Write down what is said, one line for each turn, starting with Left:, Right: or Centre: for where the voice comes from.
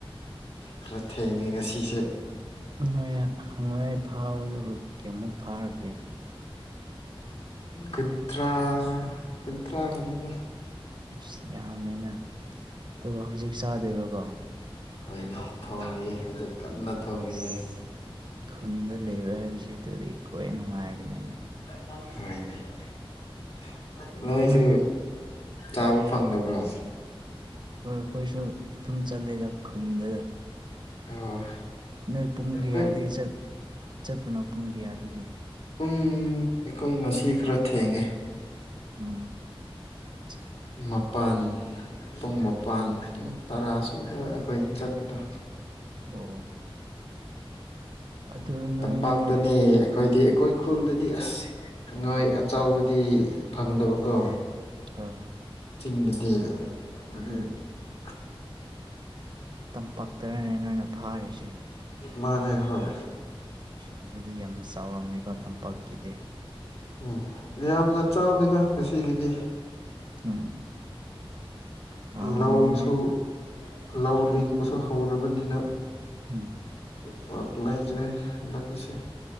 Left: ꯈꯔ ꯊꯦꯡꯉꯦ ꯉꯁꯤꯁꯦ
Right: ꯅꯣꯏ ꯍꯪꯉꯣꯏ ꯐꯥꯎꯕꯗꯕꯨ ꯀꯌꯥꯃꯨꯛ ꯐꯥꯔꯛꯀꯦ
Left: ꯀꯒꯨꯟꯊ꯭ꯔꯥ ꯀꯒꯨꯟꯊ꯭ꯔꯥꯒꯨꯝꯕꯅꯦ
Right: ꯑꯁ ꯌꯥꯝꯃꯦꯅ ꯑꯗꯨꯒ ꯍꯧꯖꯤꯛ ꯆꯥꯗꯣꯏꯕꯀꯣ
Left: ꯍꯣꯏꯅꯣ ꯊꯣꯡꯅꯤꯌꯦ ꯍꯧꯖꯤꯛ ꯀꯟꯅ ꯊꯣꯡꯔꯤꯌꯦ
Right: ꯑꯁ ꯈꯨꯟꯗ ꯂꯩꯕ ꯍꯥꯏꯕꯁꯤ ꯑꯗꯨꯗꯤ ꯈ꯭ꯋꯥꯏ ꯅꯨꯡꯉꯥꯏꯕꯅꯤꯅꯦ
Left: <unintelligible> ꯅꯣꯢꯁꯨ
Right: ꯅꯣꯏꯗꯤ
Left: ꯇꯥꯕ ꯐꯪꯗꯕ꯭ꯔꯣ
Right: ꯍꯣꯏ ꯑꯩꯈꯣꯏꯁꯨ ꯑꯗꯨꯝ ꯆꯠꯂꯦꯗ ꯈꯨꯟꯗꯗ
Left: ꯑꯣ
Right: ꯅꯣꯏ ꯄꯨꯡ ꯀꯌꯥꯗꯒꯤ
Left: ꯍꯣꯏ
Right: ꯆꯠ ꯆꯠꯄꯅꯣ ꯄꯨꯡ ꯀꯌꯥꯗꯒꯤ
Left: ꯄꯨꯡ ꯑꯩꯈꯣꯏ ꯉꯁꯤ ꯈꯔ ꯊꯦꯡꯉꯦ
Right: ꯑꯝ ꯑꯆꯥ
Left: ꯃꯄꯥꯟ ꯄꯨꯡ ꯃꯄꯥꯟ ꯇꯔꯥ ꯁꯨꯕ ꯑꯩꯈꯣꯏ ꯑꯗꯨꯝ ꯆꯠꯄꯗ
Right: ꯑꯣ ꯑꯗꯨ ꯅꯣꯏ
Left: ꯆꯝꯄꯥꯛꯇꯅꯤ ꯈꫭꯏꯗꯤ ꯑꯩꯈꯣꯏ ꯈꯨꯜꯗꯗꯤ ꯑꯁꯉꯣꯏ
Right: ꯑꯣ ꯍꯣꯏ
Left: ꯑꯆꯥꯎꯕꯗꯤ ꯐꯪꯗꯕꯀꯣ
Right: <unintelligible>
Left: ꯆꯤꯡꯗꯗꯤ <unintelligible>
Right: ꯎꯝ ꯇꯝꯄꯥꯛꯇꯔꯅꯦ ꯅꯣꯏꯅ ꯐꯥꯔꯤꯁꯦ
Left: ꯃꯥꯅꯦ ꯍꯣꯏ
Right: ꯑꯗꯨꯗꯤ ꯌꯥꯝ ꯆꯥꯎꯔꯝꯅꯤꯀꯣ ꯇꯝꯄꯥꯛꯀꯤꯗꯤ
Left: ꯎꯝ ꯌꯥꯝꯅ ꯆꯥꯎꯗꯦꯗ ꯉꯁꯤꯒꯤꯗꯤ
Right: ꯎꯝ ꯍꯥꯎꯕꯅꯤꯅꯦ
Left: ꯂꯧꯁꯨ ꯂꯧ ꯂꯤꯡꯕꯁꯨ ꯍꯧꯔꯕꯅꯤꯅ
Right: ꯎꯝ
Left: ꯄꯥꯛ ꯂꯩꯇ꯭ꯔꯦ ꯍꯟꯗꯛꯀꯤꯁꯦ